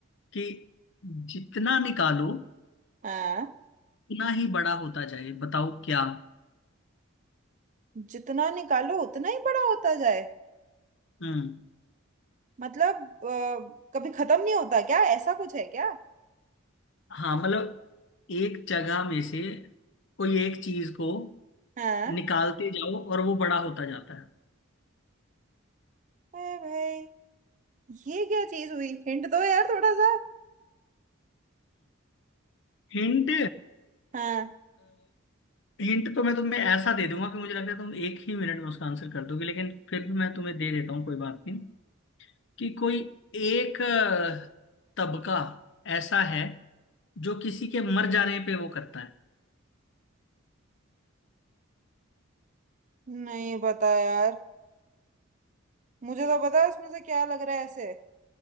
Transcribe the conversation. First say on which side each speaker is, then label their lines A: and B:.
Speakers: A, on the left (about 55°); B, on the right (about 35°).
A: कि जितना निकालो
B: हाँ
A: उतना ही बड़ा होता जाए बताओ क्या
B: जितना निकालो उतना ही बड़ा होता जाए
A: हम्म
B: मतलब अ, कभी खत्म नहीं होता क्या ऐसा कुछ है क्या
A: हाँ मतलब एक जगह में से कोई एक चीज को
B: हाँ
A: निकालते जाओ और वो बड़ा होता जाता है
B: अरे भाई ये क्या चीज हुई हिंट दो यार थोड़ा सा
A: हिंट
B: हाँ
A: हिंट तो मैं तुम्हें ऐसा दे दूंगा कि मुझे लगता है तुम एक ही मिनट में उसका आंसर कर दोगे लेकिन फिर भी मैं तुम्हें दे देता हूँ कोई बात नहीं कि कोई एक अ, तबका ऐसा है जो किसी के मर जाने पे वो करता है
B: नहीं पता यार मुझे तो पता है इसमें से क्या लग रहा है ऐसे